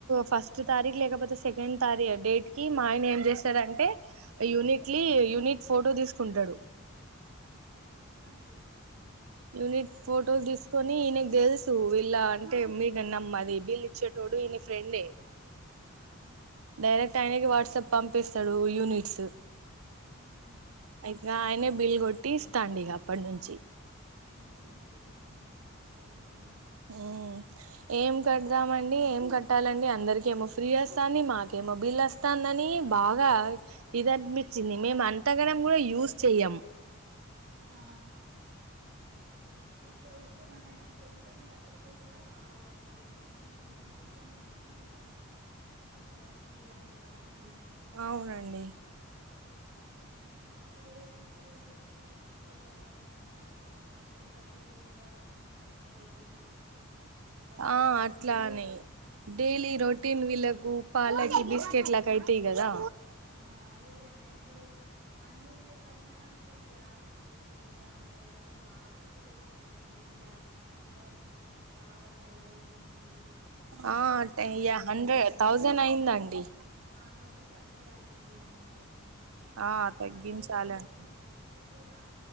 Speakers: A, on the right; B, on the right.
A: ఫస్ట్ తారీఖ, లేకపోతే సెకండ్ తారీ డేట్ కి మా ఆయన ఏం చేస్తాడంటే యూనిట్లీ
B: హ్మ్
A: యూనిట్ ఫోటో తీసుకుంటాడు.
B: ఆ మంచి పని చేస్తారండి.
A: యూనిట్ ఫొటోలు తీసుకొని నకు తెలుసు వీళ్ళ అంటే మీటన్నమ్మాది బిల్ ఇచ్చేటోడు ఈన ఫ్రెండే.
B: ఆహా
A: డైరెక్ట్ ఆయనకి వాట్సాప్ పంపిస్తాడు యూనిట్స్.
B: ఆహా
A: ఇక ఆయనే బిల్ కొట్టి ఇస్తాండు ఇక అప్పటి నుంచి.
B: ఆ మంచిదే అండి అట్ల అయితే.
A: ఊ ఏం కడదామండి ఏం కట్టాలండి అందరికి ఏమో ఫ్రీ వస్తంది మాకేమో బిల్ వస్ తాందని బాగా ఇది అనిపిచ్చింది మేము అంతగరం కూడా యూస్ చెయ్యం.
B: ఆ ఎక్కు ఇప్పుడు మనకి కొంచెం తగ్గుతే కూడ బాగ ఇదంటే కొంచం కొంచెం తోటే మనకి కొంచెం ఫ్రీ అవుతాయి కదండి
A: అవునండి.
B: ఏదైనా ఇప్పుడు ఇప్పుడు కూరగాయలకి పోయినా కొంచెం తగ్గితే కూడా కొంచెం మనకి ఫ్రీ అయితది. డబ్బులకి
A: ఆ అట్లానే డైలీ రోటీన్ వీళ్లకు పాలకి, బిస్కెట్లకి అయితయి కదా!
B: ఆ ఏదైనా ఇప్పుడు అన్ని విజయ పైన ఇప్పుడు గ్యాస్, పెట్రోల్ దాని ధరలు బాగా పెరిగిపోయినాయి అండి ఇప్పుడు గ్యాస్ మొద్దు కూడ బాగా ప్రైజ్ అయి పోయింది కొంచెం టైట్
A: ఆ
B: అయింది. దానివల్లనే
A: యా హండ్రెడ్
B: ఇప్పుడు
A: థౌజండ్
B: కొంచెం
A: అయిందండి
B: ఆ కొంచెం తగ్గియాలి అండి దానికోసం ఫస్ట్
A: ఆ
B: అయితే
A: తగ్గించాలండి
B: మంచిగ వచ్చే ఇప్పుడు దా